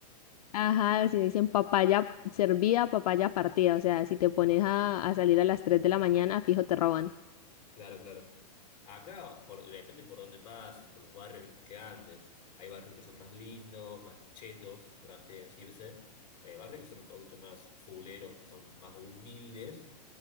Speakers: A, on the left; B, on the left.
A: Ajá, si dicen papaya servida, papaya partida. O sea, si te pones a, a salir a las 3 de la mañana, fijo, te roban.
B: Claro, claro. Acá por- depende por dónde pases, por los barrios en los que andes. Hay barrios que son más lindos, más chetos, por así decirse. Hay barrios que son un poquito más fuleros, que son más humildes